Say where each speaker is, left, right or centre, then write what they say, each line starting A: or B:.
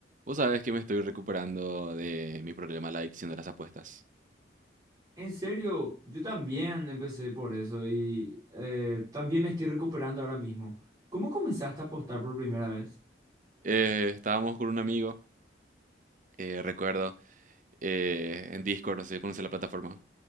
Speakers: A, on the right (about 45°); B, on the right (about 20°).
A: Vos sabés que me estoy recuperando de mi problema, la adicción de las apuestas.
B: En serio, yo también empecé por eso y eh, también me estoy recuperando ahora mismo. ¿Cómo comenzaste a apostar por primera vez?
A: Eh, estábamos con un amigo, eh, recuerdo, eh, en Discord, no sé si conoces la plataforma.